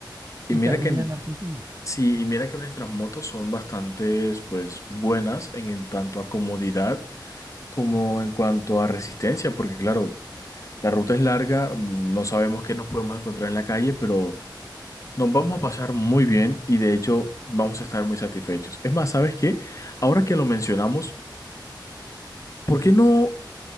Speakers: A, on the left; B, on the right.
A: Y
B: Y
A: mira
B: termina
A: que, en-
B: en Argentina.
A: sí, y mira que nuestras motos son bastante, pues, buenas en, en tanto a comodidad como en cuanto a resistencia, porque claro, La ruta es larga, mm, no sabemos qué nos podemos encontrar en la calle, pero nos vamos a pasar muy bien y de hecho vamos a estar muy satisfechos. Es más, ¿sabes qué? Ahora que lo mencionamos, ¿por qué no